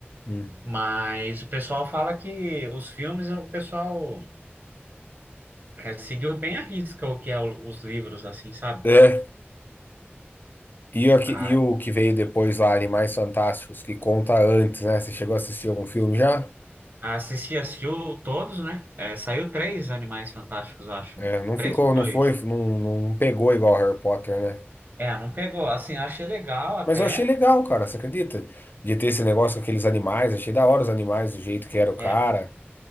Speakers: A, on the left (about 50°); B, on the right (about 50°).
A: Hum.
B: Mas o pessoal fala que os filmes, o pessoal É, seguiu bem à risca o que é o- os livros, assim, sabe?
A: É. E o, que,
B: A,
A: e o que veio depois lá, Animais Fantásticos, que conta antes, né? Você chegou a assistir algum filme já?
B: a Cici assistiu todos, né? É, saiu três Animais Fantásticos, eu acho.
A: É, não
B: Três
A: ficou,
B: ou dois?
A: não foi, não, não pegou igual Harry Potter, né?
B: É, não pegou. Assim, eu achei legal até.
A: Mas eu achei legal, cara, você acredita? De ter esse negócio com aqueles animais, achei da hora os animais, do jeito que era o cara.
B: É,